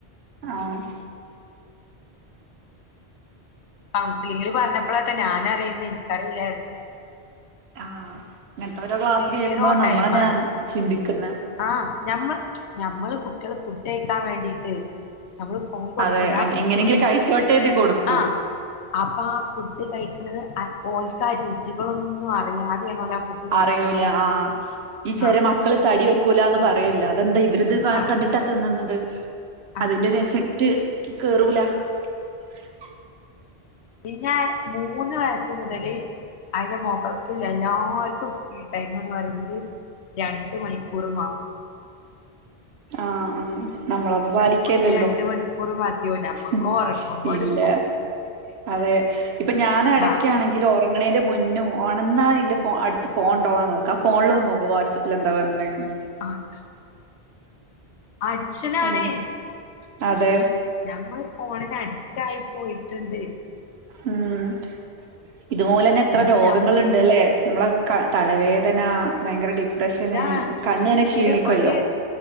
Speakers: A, on the right (about 75°); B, on the left (about 85°).
A: ആഹ്
B: <unintelligible> പറഞ്ഞപ്പോളാ ആട്ടോ ഞാൻ അറിയ്ന്നൊ എനിക്കറിയില്ല
A: ആഹ് ഇങ്ങനത്തെ ഓരോ ക്ലാസ്
B: സീറോ
A: കേക്ക്മ്പാള നമ്മളന്നെയാ
B: ടൈം ആണ്
A: ചിന്തിക്കന്നേ
B: ആഹ് ഞമ്മള് ഞമ്മള് കുട്ടികള് ഫുഡ് കയിക്കാൻ വേണ്ടിട്ട് ഞമ്മള് <unintelligible>
A: അതെ
B: പിടിച്ചുകൂടി
A: എങ്ങനെങ്കിലും കഴിച്ചോട്ടെ കരുതി കൊടുക്കും
B: ആഹ് അപ്പൊ ആഹ് ഫുഡ് കഴിക്കണത് ഓക്ക് രുചികളൊന്നും അറിയാതെ <unintelligible> ആഹ് ഫുഡ് കഴിക്കണത്
A: അറിയൂല്ലാ ആഹ് ഈ ചെര
B: ആഹ്
A: മക്കള് തടി വെക്കൂല്ലാ എന്ന് പറയല്ലോ അതെന്താ ഇവര് ഇത്
B: ആഹ്
A: കണ്ടിട്ടാ തിന്നന്നത്
B: ആഹ്
A: അതിന്റെ ഒര് എഫക്ട് കേറൂല്ലാ <inaudible>
B: പിന്നാ മൂന്ന് വയസ്സ് മുതല് അയിന്റെ മോക്കൾക്ക് എല്ലാർക്കും സ്ക്രിം ടൈം എന്ന് പറയ്ന്നത് രണ്ട് മണിക്കൂറ് മാ
A: ആഹ് ആഹ് നമ്മള് അത് പാലിക്ക്യാ
B: ഞമ്മക്ക്
A: അല്ലാ
B: രണ്ട് മണിക്കൂർ മതിയോ ഞമ്മക്ക്
A: ഉം
B: ഉറങ്ങുമ്പോ ഒരു
A: ഇല്ല
B: ഫോൺ പിടിച്ചിട്ട്
A: അതെ ഇപ്പൊ ഞാന് അടക്കാണെങ്കിലേ
B: ആകും
A: എങ്ങണേന്റെ മുന്നും ഓണാന്നാല് എൻ്റെ ഫോ അടത്ത് ഫോൺ ഉണ്ടൊവാന്ന് നോക്കും ഫോണില് നോക്കും വാട്സപ്പിലും എന്താ വന്നേന്ന്
B: ആഹ് അടിഷാനണേ
A: അങ്ങെ അതെ
B: ഞമ്മള് ഫോണിന് അടിറ്റ് ആയി പോയിട്ട്ണ്ട്
A: ഉം ഇതുലെ തന്നെ എത്ര
B: ഇനി
A: രോഗങ്ങള്
B: ഞമ്മ
A: ഇണ്ട് അല്ലേ നമ്മളെ തലവേദന ബയങ്കര ഡിപ്രഷന്
B: ഇതാ
A: കണ്ണ് ങ്ങനെ ക്ഷീണിക്കുമല്ലോ
B: ഒരു ഒരു